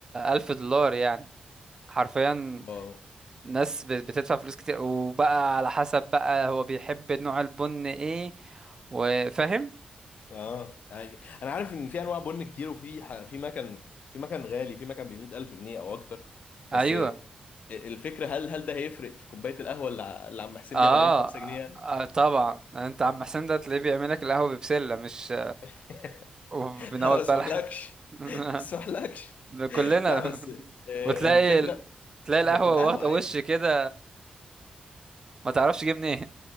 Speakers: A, on the right; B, on the left.
A: ألف دولار يعني حرفيا
B: واو
A: ناس بت- بتدفع فلوس كتير وبقى على حسب بقى هو بيحب نوع البن ايه وفاهم
B: اه يعني انا عارف ان في انواع بن كتير وفي ح- في مكان في مكان غالي في مكان ب 100000 جنيه او اكتر بس
A: ايوه
B: الفكره هل هل ده هيفرق في كوبايه القهوه اللي ع- اللي عم حسين
A: اه
B: بيعملها لي ب 5 جنيه يعني
A: آه، طبعا انت عم حسين ده تلاقيه بيعمل لك القهوة ببسلة مش
B: <laughs>
A: وبنوت
B: ما اسمحلكش
A: بلح <laughs>
B: ما اسمحلكش
A: كلنا
B: لا بس
A: <laughs>
B: آه،
A: وتلاقي
B: الفكره
A: ال... تلاقي القهوة
B: هي بتبقى قهوه
A: واخدة
B: عادي
A: وش كده ما تعرفش جه منين